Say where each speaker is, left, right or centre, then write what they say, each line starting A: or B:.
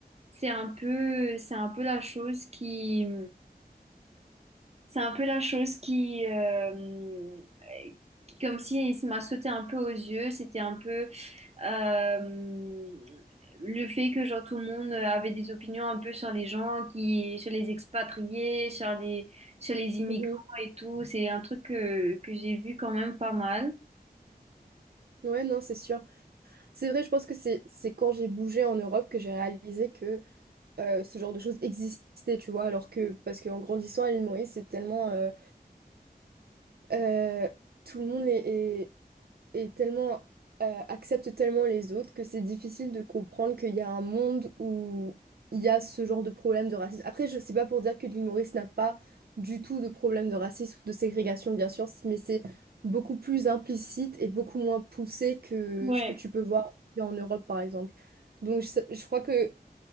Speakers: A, on the right; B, on the right.
A: c'est un peu, c'est un peu la chose qui... C'est un peu la chose qui, euh, qui- comme si il m'a sauté un peu aux yeux. C'était un peu euh, le fait que genre tout le monde avait des opinions un peu sur les gens qui, sur les expatriés, sur les, sur les immigrants
B: Mhm.
A: et tout. C'est un truc que, que j'ai vu quand même pas mal.
B: Ouais, non, c'est sûr. C'est vrai, je pense que c'est c'est quand j'ai bougé en Europe que j'ai réalisé que euh, ce genre de choses existait, tu vois, alors que, parce qu'en grandissant à l'île Maurice, c'est tellement, euh, euh, tout le monde est, est, est tellement, euh, accepte tellement les autres que c'est difficile de comprendre qu'il y a un monde où il y a ce genre de problème de racisme. Après, je sais pas pour dire que l'île Maurice n'a pas du tout de problème de racisme ou de ségrégation, bien sûr, mais c'est beaucoup plus implicite et beaucoup moins poussé que
A: Ouais.
B: ce que tu peux voir en Europe, par exemple. Donc, je, je crois que